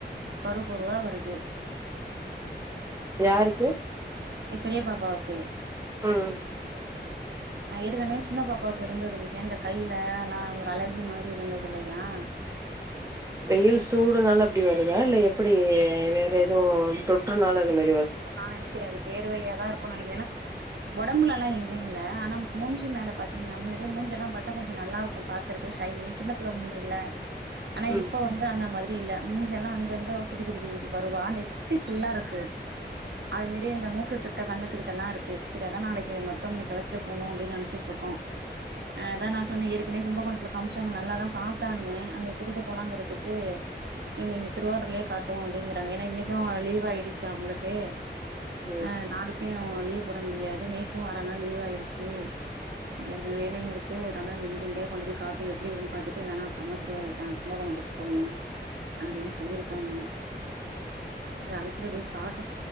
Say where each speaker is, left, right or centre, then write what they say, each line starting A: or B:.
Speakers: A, on the right; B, on the right.
A: பருவப்பருவா வருது
B: யாருக்கு
A: எ பெரிய பாப்பாவுக்கு
B: ம்
A: நா ஏற்கனவே சின்ன பாப்பாவுக்கு இருந்தது கேன் இந்த கைல லா ஒரு அலர்ஜி மாரி இருந்தது இல்லையா
B: வெயில் சூடுனால அப்டி வருதா இல்ல அப்டி வேற எதுவு தொற்றுனால அது மே
A: ஓ நா நெனக்கிற வேர்வையாதா இருக்குன் நெனக்கிற ஏன்னா ஒடம்புலல்லா எங்கியு இல்ல ஆனா மூஞ்சி மேல பாத்தீங்கன்னா முன்னாடி மூஞ்செல்லா பாத்தா கொஞ்சொ நல்லாருக்கு பாக்கறதுக்கு ஷைனி சின்னப் புள்ள மூஞ்சில்ல ஆனா
B: ம்
A: இப்ப வந்து அந்த மாதிரி ரி இல்ல முஞ்செல்லா அங்கங்க குட்டி குட்டி குட்டி ட்டிட்டி பருவா நெத்தி ஃபுல்லாருக்கு அது மேரி இந்த மூக்குக்கிட்ட கண்ணத்துக்கிட்டல்லா இருக்கு செரி அதா நாளக்கி மருத்துவமனக்கி அழச்சிட்டு போனு அப்டின்னு நென்ச்சிட்ருக்கோ அ அதா நா சொன்ன ஏற்கனே கும்பகோணத்துல காமிச்சவங்க நல்லாதா பாத்தாங்க அங்க குடிக்க போலாங்குறதுக்கு இவ்ங்க இங்க திருவாரூர்லயே காட்டுவோ அப்டிங்கிறாங்க ஏன்னா இன்னைக்கு லீவாயிடுச்சி அவுங்களுக் கே
B: ம்
A: ஆ நாளைக்கு லீவ் போட முடியாது நேத்து அர நாள் லீவாயிரு சே எனக்கு எனக்கு ஒரு <unintelligible> நம்ப இங்கெ இங்கயே கொண்டு போய் காட்டு எப்டி இருக்ன் பாத்துட்டு இல்லனா அப்பறமா திருவாரூர் தா கும்பகோணொ கூட்டுட்டு போவோ அப்டின் சொல்லியிருக்காங்க அத அழச்சிட்டு போய் காட்